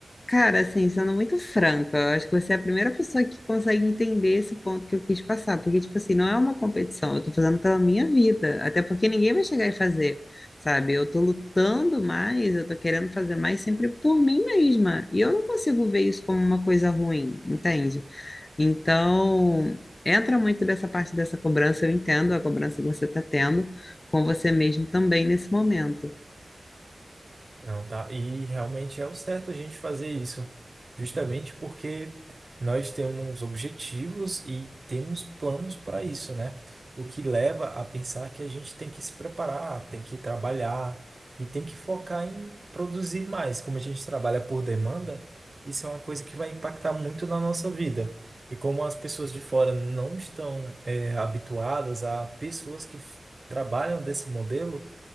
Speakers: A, on the left; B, on the right.
A: cara, assim, sendo muito franca, eu acho que você é a primeira pessoa que consegue entender esse ponto que eu quis passar. Porque, tipo assim, não é uma competição, eu tô fazendo pela minha vida. Até porque ninguém vai chegar e fazer, sabe? Eu tô lutando mais, eu tô querendo fazer mais sempre por mim mesma. E eu não consigo ver isso como uma coisa ruim, entende? Então, entra muito dessa parte dessa cobrança, eu entendo a cobrança que você está tendo com você mesmo também nesse momento.
B: Não, tá. E realmente é o certo a gente fazer isso, justamente porque nós temos objetivos e temos planos para isso, né? O que leva a pensar que a gente tem que se preparar, tem que trabalhar e tem que focar em produzir mais. Como a gente trabalha por demanda, isso é uma coisa que vai impactar muito na nossa vida. E como as pessoas de fora não estão, eh, habituadas a pessoas que f- trabalham desse modelo